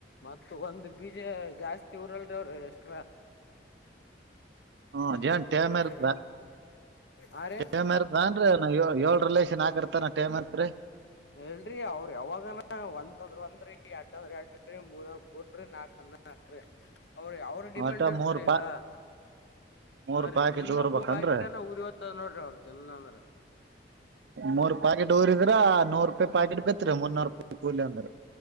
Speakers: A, on the left; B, on the right.
A: ಮತ್ತ ಒಂದ್ ಬೀಜ ಜಾಸ್ತಿ ಊರಲ್ರಿ ಅವ್ರಿ ಎಸ್ಟ್ರಾ.
B: <unintelligible>
A: ಈ ಕಡಿ ಹಾ ರೀ
B: <unintelligible>
A: ಎಲ್ರರಿ ಅವ್ರ ಯಾವಾಗನ ಒಂದ್ ಅಂದ್ರ ಒಂದ್ರರಿ ಎಟಂದ್ರ ಎಟ್ರೀ ಮೂರ ಅಂದ್ರ ಮೂರೀ ನಾಕ್ಂದ ನಾಕ ರಿ ಅವ್ರ ಯಾವ್ರ ಡಿಮ್ಯಾಂಡ್
B: ಒಟ
A: ಇರ್ತ್ರಿ
B: ಮೂರ್ ಪಾ
A: ಈಗ.
B: ಮೂರ್
A: ನ ರೀ
B: ಪ್ಯಾಕೆಟ್
A: ದಿನ್ನ
B: ಊರ್ಬೇಕನ್ರಿ
A: ಮೂ ಪಾಕಿಟ್ನ ಉಊರಿ ಹ್ತದ ನೋಡ್ರಿ ಅವ್ರ ದನ್ ಅಂದ್ರ.
B: ಮೂರ್ ಪಾಕೆಟ್ ಊರಿದ್ರ ನೂರು ರೂಪಾಯಿ ಪಾಕೆಟ್ ಬಿತ್ರಿ ಮುನ್ನೂರು ರೂಪಾಯಿ ಕೂಲಿ ಅಂದ್ರ.